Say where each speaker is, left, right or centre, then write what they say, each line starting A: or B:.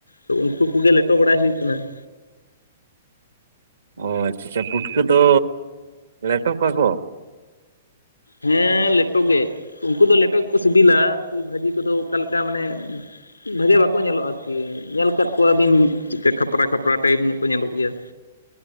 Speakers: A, on the left (about 90°); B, on the right (about 65°).
A: ᱛᱚ ᱩᱱᱠᱩ ᱠᱚ ᱜᱮ ᱞᱮᱴᱚ ᱵᱟᱲᱟᱭ ᱦᱩᱭᱩᱜ ᱠᱟᱱᱟ ᱾
B: ᱚ ᱟᱪᱪᱷᱟ ᱟᱪᱪᱷᱟ, ᱯᱩᱴᱠᱟᱹ ᱫᱚ ᱞᱮᱴᱚ ᱠᱚᱣᱟ ᱠᱚ
A: ᱦᱮᱸ, ᱞᱮᱴᱚ ᱜᱮ ᱩᱱᱠᱩ ᱫᱚ ᱞᱮᱴᱚ ᱜᱮ ᱠᱚ ᱥᱤᱵᱤᱞᱟ ᱟᱨᱠᱤ ᱵᱷᱟᱹᱡᱤ ᱠᱚ ᱫᱚ ᱚᱠᱟᱞᱮᱠᱟ ᱢᱟᱱᱮ ᱵᱷᱟᱜᱮ ᱵᱟᱠᱚ ᱧᱮᱞᱚᱜᱼᱟ ᱟᱨᱠᱤ ᱧᱮᱞ ᱟᱠᱟᱫ ᱠᱚᱣᱟ ᱵᱤᱱ ᱪᱮᱫᱠᱟ ᱠᱷᱟᱯᱨᱟ ᱠᱷᱟᱯᱨᱟ ᱴᱟᱭᱤᱯ ᱧᱚᱜ ᱠᱚ ᱧᱮᱞᱚᱜ ᱜᱮᱭᱟ ᱾